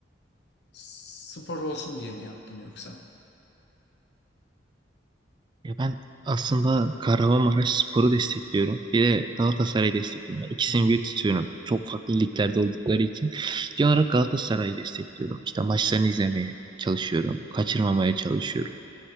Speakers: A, on the left; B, on the right.
A: spor olsun diye mi yaptın yoksa?
B: Ya ben aslında Kahramanmaraşspor'u destekliyorum. Bir de Galatasaray'ı destekliyorum. Yani ikisini
A: <laughs> Hı hı.
B: bir tutuyorum. Çok farklı liglerde oldukları için. Genel olarak Galatasaray'ı destekliyorum. İşte maçlarını izlemeye çalışıyorum. Kaçırmamaya çalışıyorum.